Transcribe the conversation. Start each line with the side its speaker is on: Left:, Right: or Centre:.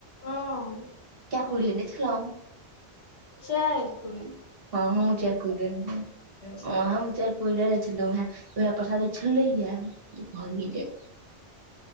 Left: हां।
Right: कै कुड़ी लेनय छेलौं।
Left: चाएर कुडी़।
Right: हां हम्हुं चाएर कुड़ी लेलिए,
Left: छलियै
Right: हां हम चाएर कुड़ी लेलय छलौं हें उहै परसादी छलय यै त कहलिए जे